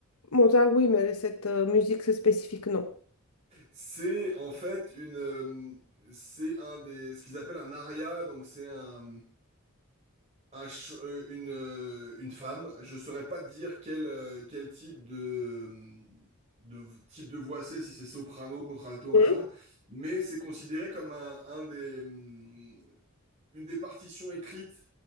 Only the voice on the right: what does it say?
C'est en fait une, euh, c'est un des, ce qu'ils appellent un aria, donc c'est un un ch- euh, une, euh, une femme, je saurais pas te dire quel, euh, quel type de, de type de voix c'est, si c'est soprano, contralto,
machin, mais c'est considéré comme un, un des, hum, une des partitions écrites